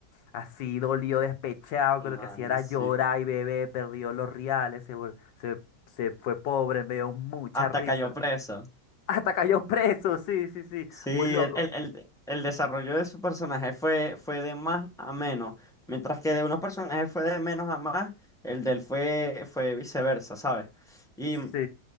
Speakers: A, on the left; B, in the centre.
A: así dolido, despechado,
B: No,
A: que lo que hacía
B: no,
A: era
B: sí.
A: llorar y beber, perdió los reales, se, vol- se, se fue pobre, me dio mucha
B: Hasta
A: risa.
B: cayó preso.
A: <laughs> Hasta cayó preso, sí, sí, sí,
B: Sí,
A: muy loco.
B: el, el, el- el desarrollo de su personaje fue, fue de más a menos, mientras que de unos personajes fue de menos a más, el de él fue, fue viceversa, ¿sabes? Y,
A: Sí,